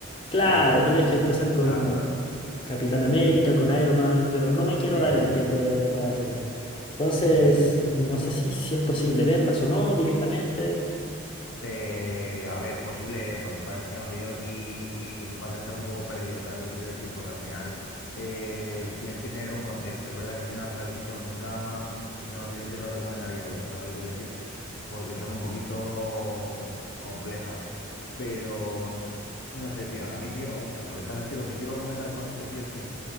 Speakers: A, on the left; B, on the left.
A: claro,
B: Sí,
A: tienes
B: sí, sí.
A: que empezar con
B: Claro, claro.
A: Capitán América,
B: Sí,
A: con Iron Man, pero no me quiero
B: sí,
A: dar
B: sí,
A: el
B: sí.
A: tiempo de ver todas esas. Entonces,
B: Sí.
A: no sé si, si es posible verlas o no directamente.
B: Eh, a ver, posible es. Lo que pasa es que no sé yo si, si vas a estar un poco perdido, ¿sabes lo que quiero decir? Porque al final eh, tienes que tener un contexto. Es verdad que si no las has visto nunca, no sé si te lo recomendaría yo, ¿sabes lo que quiero decir? Porque son un poquito complejas. Pero no sé, tío, a mí sí que me gusta. Lo que pasa es que lo que te iba a comentar con eso, tío, es que